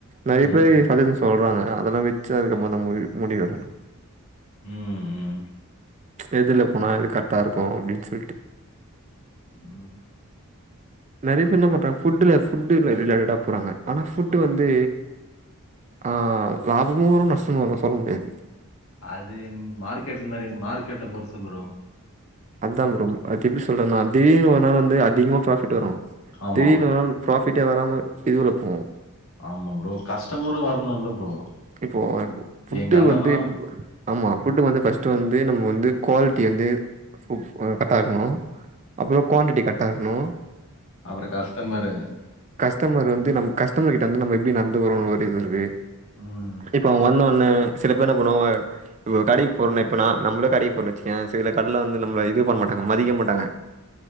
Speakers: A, on the right (about 35°); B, on the left (about 70°).
A: நெறய பேரு
B: ம்
A: சஜ்ஜஷன் சொல்றாங்க அதெல்லா வெச்சு அதுக்கம்மதா முடிவி முடிவெடுக்னு
B: ம் ம்
A: எதுல போனா இது கர்ட்டா இருக்கு அப்டின் சொல்ட்டு
B: ம்
A: நெறைய பேர் என்ன பண்றாங்க ஃபுட்டுல ஃபுட்டு ரி ரிலேட்டடா போறாங்க ஆனா ஃபுட்டு
B: ப்ரோ
A: வந்து அ லாபமு வரு நஷ்டமு வரு சொல்ல முடியாது
B: அது என் மார்க்கெட் மாரி மார்க்கெட்ட பொறுத்து புரோ
A: அதாம் ப்ரொ அத் எப்டி சொல்றத்ன்னா திடீர்னு ஒரு நாள் வந்து அதிகமா ப்ராஃபிட் வரு
B: ஆமா,
A: திடீர்னு ஒரு நாள் ப்ராஃபிட்டே வராம இழிவுல போவு
B: ஆமா ப்ரோ கஷ்டமரு வர்ணுல்ல ப்ரோ
A: இப்போ ஃபுட்டு
B: எங்க அண்ணனும்
A: வந்து எப்டி போட்றது ஆமா ஃபுட்டு வந்து ஃபஸ்ட்டு வந்து நம்ம வந்து குவால்ட்டி வந்து ஃபு அ கர்ட்டா இர்க்கனு அப்பறோ குவான்டிட்டி கர்ட்டா இருக்குனு
B: அப்பற கஸ்டமரு
A: கஸ்டமர் வந்து நம கஸ்டமர் கிட்ட வந்து நம்ம எப்டி நட்ந்துகுறோ ஒரு இது இருக்கு
B: ம்
A: இப்ப அவ்ங்க வந்தோனே சில பேர் என்ன பண்ணுவாங்க நம ஒரு கடைக் போறோனா இப்ப நா நம்மளே கடைக் போறன் வச்சிக்கயே சில கட்ல வந்து நம்ம இது பண் மாட்டாங்க மதிக்க மாட்டாங்க